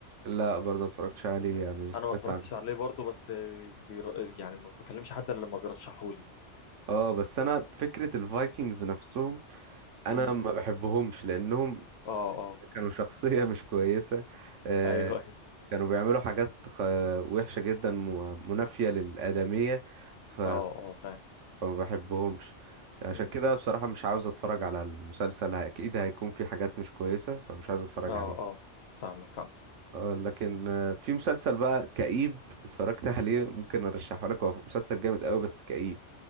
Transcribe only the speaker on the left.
انا ما اتفرجتش
عليه برضه بس بير... يعني ما بكلمش حد الا لما بيرشحهولي
امم
اه اه
ايوه ايوه
اه اه فاهم
مم.
اه
اه فاهمك فاهم